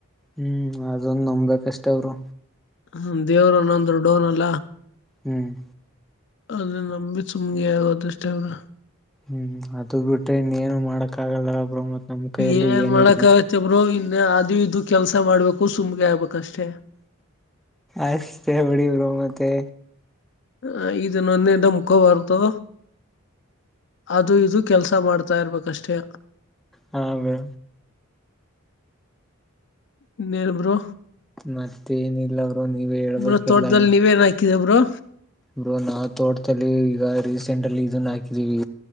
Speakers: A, in the centre; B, on the left.
A: ಹ್ಮ್ ಅದನ್ ನಂಬೇಕಷ್ಟೆ ಬ್ರೋ
B: ಹ ದೇವ್ರ್ ಅನ್ನೋನು ದೊಡ್ಡೋನ್ ಅಲ್ಲ
A: ಹ್ಮ್
B: ಅದ್ರ ನಂಬಿ ಸುಮ್ ಆಗದ ಅಷ್ಟೆ ಬ್ರೋ
A: ಹ್ಮ್ ಅದು ಬಿಟ್ರೆ ಇನ್ನೇನು ಮಾಡಕ್ ಆಗಲ್ಲಲ್ಲ ಬ್ರೋ ಮತ್ತ್ ನಮ್ ಕೈಯಲ್ಲಿ
B: ಏನ್
A: ಏನು
B: ಮಾಡಕ್ಕಾಗತ್ತೆ
A: ಇಲ್ಲ.
B: ಬ್ರೋ ಇನ್ನ ಅದು ಇದು ಕೆಲ್ಸ ಮಾಡ್ಬೇಕು ಸುಮ್ಗೆ ಆಗ್ಬೇಕಷ್ಟೇ.
A: ಅಷ್ಟೆ ಬಿಡಿ ಬ್ರೋ ಮತ್ತೆ
B: ಆ ಇದುಂನೊಂದೆ ನಂಬ್ಕೋಬಾರ್ದು ಅದು ಇದು ಕೆಲ್ಸ ಮಾಡ್ತಾ ಇರ್ಬೇಕಷ್ಟೇ.
A: ಹಾ ಬ್ರೋ
B: ಇನ್ನೇನ್ ಬ್ರೋ
A: ಮತ್ತೇನಿಲ್ಲ ಬ್ರೋ ನೀವೇ ಹೇಳ್ಬೇಕೆಲ್ಲ
B: ಬ್ರೋ ತೋಟದಲ್ಲಿ ನೀವೇನ್ ಹಾಕಿರ ಬ್ರೊ.
A: ಬ್ರೋ ನಾವು ತೋಟದಲ್ಲಿ ಈಗ ರೀಸೆಂಟ್ ಅಲ್ಲಿ ಇದನ್ನ ಹಾಕಿದೀವಿ